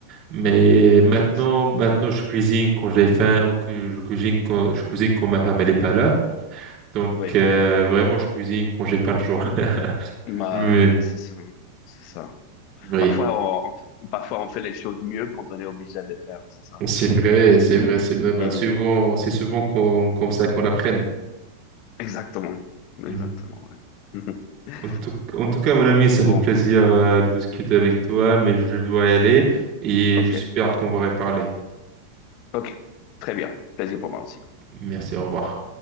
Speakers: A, on the right; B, on the left.
A: Mais
B: Ouais
A: maintenant,
B: c'est ça.
A: maintenant, je cuisine quand j'ai faim ou que je cuisine quand, je cuisine quand ma femme elle est pas là. Donc,
B: Oui.
A: euh, vraiment, je cuisine quand j'ai pas le choix. <laughs>
B: Bah
A: Mais,
B: ouais, c'est ça. C'est ça.
A: oui,
B: Parfois, on, parfois, on fait les choses mieux quand on est obligé de les faire, c'est ça.
A: c'est vrai, c'est vrai, c'est vrai.
B: <laughs>
A: Bah, souvent, c'est souvent qu'on- comme ça qu'on apprenne.
B: Exactement. Exactement,
A: Mhm.
B: ouais. <laughs>
A: En tout, en tout cas, mon ami, ça
B: Bon,
A: fait plaisir, euh, de discuter avec toi, mais je dois y aller et
B: ok.
A: j'espère qu'on va reparler.
B: Ok. Très bien. Plaisir pour moi aussi.
A: Merci, au revoir.